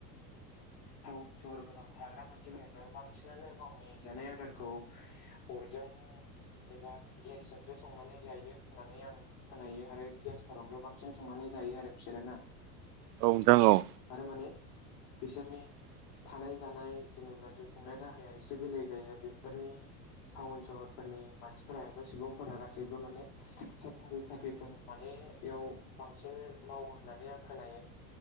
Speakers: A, on the left; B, on the right.
A: टाउन सहरफोराव थाग्रा मानसिफोराथ बांसिनानो गावनि जानाय आदारखौ अर जों एबा गेसजोंसो संनानै जायो होननानै आं खोनायो आरो गेसफोरावनो बांसिन संनानै जायो आरो बिसोरो ना।
B: औ नोंथां औ
A: आरो माने बिसोरनि
B: <inaudible>
A: थानाय जानाय जेनेबा जिउ खुंनाय राहाया एसे बेलेग जायो बेफोरनि टाउन सहरफोरनि मानसिफोरा एबा सुबुंफोरा गासैबो माने सरकारि साख्रिफोर माने बेयाव बांसिन मावो होननानै आं खोनायो